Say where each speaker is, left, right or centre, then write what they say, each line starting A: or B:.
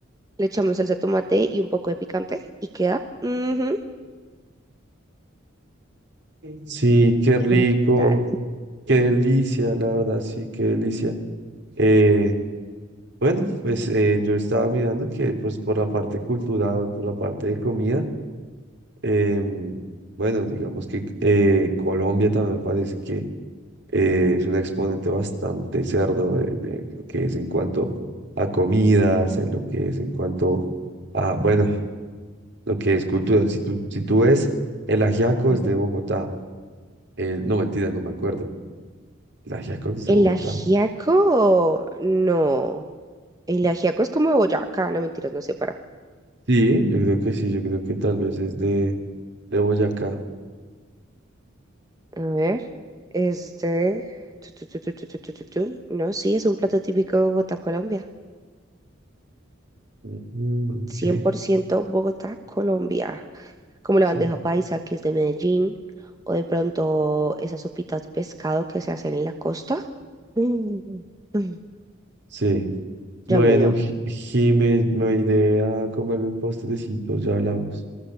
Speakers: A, on the right (about 20°); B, on the right (about 60°).
A: Le echamos salsa de tomate y un poco de picante y queda ujú,
B: Sí, qué rico,
A: brutal.
B: qué delicia, la verdad, sí, qué delicia. Eh, bueno, pues eh, yo estaba mirando que pues por la parte cultural, por la parte de comida, Em, bueno, digamos que eh, Colombia también me parece que eh, es un exponente bastante cerdo de, de lo que es en cuanto a comidas, en lo que es en cuanto a, bueno, lo que es cultural. Si tú, si tú ves, el ajiaco es
A: Ujú.
B: de Bogotá. Eh, no, mentira, no me acuerdo. El ajiaco no es de
A: El
B: Bogotá.
A: ajiaco, no. El ajiaco es como de Boyacá, no mentiras, no sé para.
B: Sí, yo creo que sí, yo creo que tal vez es de, de Boyacá.
A: A ver, es de... tu, tu, tu, tu, tu, tu, tu, tu, tu. No, sí, es un plato típico de Bogotá, Colombia.
B: Mm, ok,
A: cien por ciento Bogotá, Colombia. Como la
B: sí.
A: bandeja paisa, que es de Medellín, o de pronto esas sopitas de pescado que se hacen en la costa. Mm, mm,
B: Sí. Bueno,
A: Ya me dio hambre.
B: Ji- Jimé, me iré a comerme un postrecito, ya hablamos.